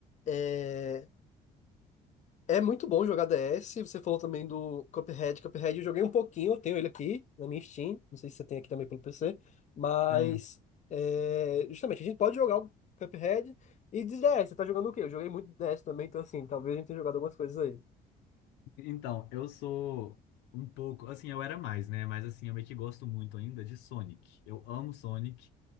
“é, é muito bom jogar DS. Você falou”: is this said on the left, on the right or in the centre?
Left